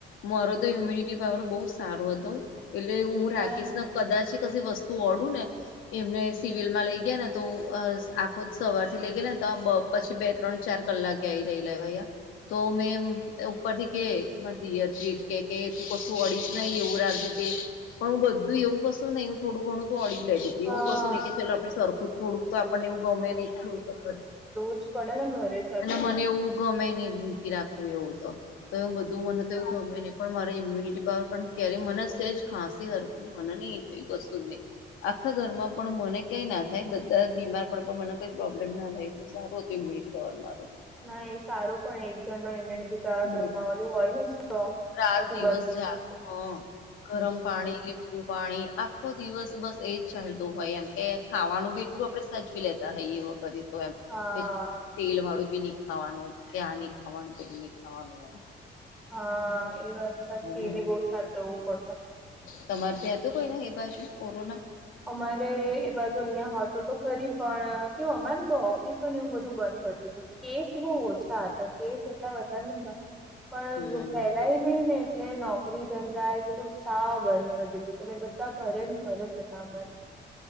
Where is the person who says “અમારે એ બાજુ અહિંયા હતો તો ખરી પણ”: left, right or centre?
Centre